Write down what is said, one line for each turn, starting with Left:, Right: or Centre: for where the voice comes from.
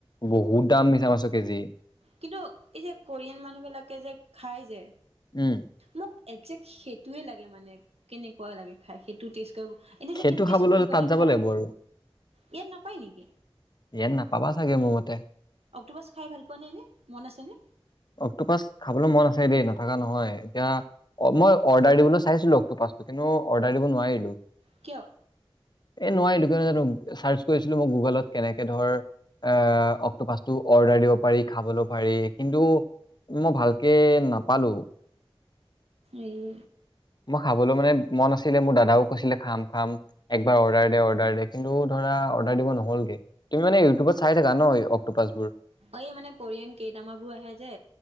Left: বহুত দাম মিছা মাছৰ কেজি।
Right: কিন্তু এই যে কোৰিয়ান মানুহ বিলাকে যে খাই যে
Left: উম।
Right: মোক একজেক্ট সেইটোৱে লাগে মানে কেনেকুৱা লাগে খাই সেইটো টেষ্ট এনে
Left: সেইটো
Right: যে কেনেকে
Left: খাবলৈ
Right: চুপি
Left: হলে
Right: পেলাই
Left: তাত যাব
Right: খাই
Left: লাগিব আৰু
Right: ইয়াত নাপায় নেকি
Left: ইয়াক নেপাবা চাগে মোৰ মতে
Right: অক্টোপাছ খাই ভাল পোৱা নে এনে মন আছেনে
Left: অক্টোপাছ খাবলে মন আছে দেই নথকা নহয় এতিয়া অ মই অৰ্ডাৰ দিবলৈ চাইছিলো অক্টোপাছটো কিন্তু অৰ্ডাৰ দিব নোৱাৰিলো
Right: কিয়
Left: এ নোৱাৰিলো কিয় নো জানো চাৰ্চ কৰিছিলো মই গুগলত কেনেকে ধৰ এ অক্টোপাছটো অৰ্ডাৰ দিব পাৰি খাবলও পাৰি কিন্তু মই ভালকে নাপালো
Right: এই
Left: মই খাবলৈ মানে মন আছিলে মোৰ দাদাও কৈছিলে খাম খাম একবাৰ অৰ্ডাৰ দে অৰ্ডাৰ দে কিন্তু ধৰা অৰ্ডাৰ দিব নহলগে তুমি মানে ইউটউবত চাই থাকা ন অক্টোপাছবোৰ
Right: এই মানে কৰিয়ান কে দামাবোৰ আহে যে